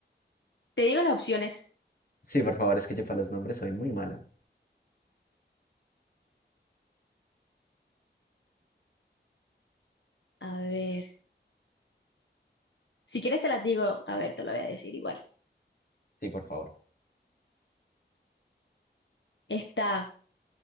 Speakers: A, on the left (about 75°); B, on the left (about 50°).
A: Te digo las opciones.
B: Sí, por favor, es que yo para los nombres soy muy malo.
A: A ver, si quieres te las digo. A ver, te lo voy a decir igual.
B: Sí, por favor.
A: Está